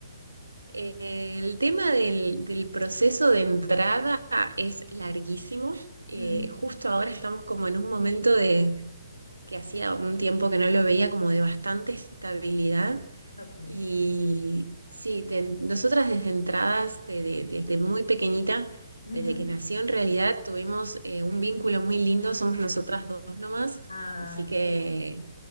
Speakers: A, on the right; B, on the left.
A: eh, el tema del, del proceso de entrada es larguísimo. Eh,
B: Ujú.
A: justo ahora estamos como en un momento de que hacía un tiempo que no lo veía como de bastante estabilidad
B: Ok.
A: Y sí, de- nosotras desde entradas, de- de- desde muy pequeñita,
B: Ujú.
A: desde que nació en realidad, tuvimos eh, un vínculo muy lindo, somos nosotras dos nomás,
B: Ay,
A: así que
B: sí.